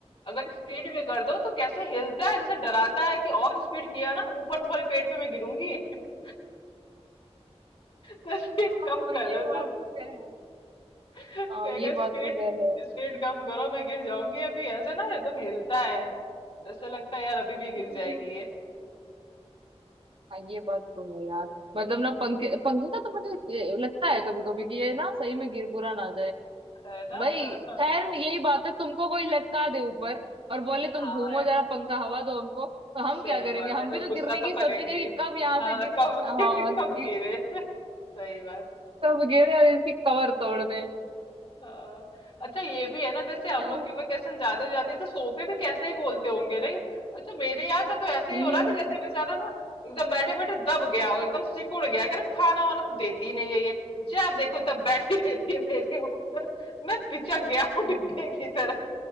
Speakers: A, on the left (about 60°); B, on the right (about 55°).
A: अगर स्पीड में कर दो तो कैसे हिलता है जैसे डराता है कि और स्पीड किया ना ऊपर तुम्हारे पेट पे मैं गिरूंगी <laughs> तो स्पीड कम
B: हाँ,
A: कर
B: ये
A: लो
B: बात
A: तुम
B: तो कह
A: कहेगा
B: हाँ ये बात
A: स्पीड
B: तो कह रहे
A: स्पीड कम करो मैं गिर जाऊंगी अभी ऐसे ना एकदम हिलता है ऐसा लगता है यार अभी भी गिर
B: हैं।
A: जाएगी ये
B: हाँ ये बात तो है यार मतलब ना पंखे पंखे का तो मुझे ए, लगता है कभी कभी कि ये ना सही में गिरगुरा ना
A: है ना
B: भाई
A: हाँ हाँ,
B: खैर यही बात है तुमको कोई लटका दे ऊपर और बोले तुम
A: हाँ,
B: घूमो जरा पंखा हवा दो हमको तो हम
A: सही
B: क्या करेंगे
A: बात
B: हम
A: है
B: भी तो
A: गुस्सा
B: गिरने की
A: तो
B: सोचेंगे
A: करेंगे
B: कि
A: ही।
B: कब यहाँ
A: हाँ
B: से गिरे
A: कब
B: हाँ
A: <laughs>
B: गि,
A: कब गिरे <laughs> सही बात
B: कब गिरे और इसकी कवर तोड़ दें
A: हाँ, अच्छा ये भी है ना जैसे
B: हाँ
A: हम लोग
B: हम्म,
A: की वेकेशन ज्यादा हो जाती है तो सोफे भी कैसे ही बोलते होंगे नहीं अच्छा मेरे यहाँ का तो ऐसा
B: हम्म,
A: ही हो रहा है कि
B: हम्म।
A: जैसे बेचारा ना एकदम बैठे बैठे दब गया हो एकदम सिकुड़ गया कह रहा खाना वाना तो देती ही नहीं है ये जब देखो तब बैठी रहती है मेरे ऊपर मैं पिचक गया हूँ डिब्बे की तरह